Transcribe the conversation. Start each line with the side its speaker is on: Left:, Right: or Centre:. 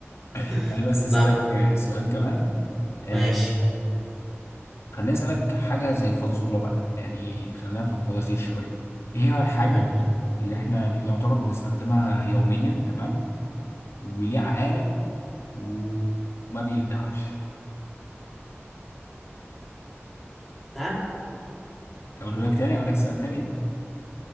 Left: <laughs>
Centre: <laughs>
Left: خليني بس أسألك
Centre: طب
Left: آه، سؤال كمان آه،
Centre: ماشي
Left: خليني أسألك حاجة زي فزورة بقى يعني خلينا في الفوازير شوية إيه هو الحاجة
Centre: تمام
Left: اللي إحنا يعتبر بنستخدمها يوميا تمام وليه عقارب وما بيلدعش
Centre: ساعة
Left: أقوله لك تاني أقول لك سؤال تاني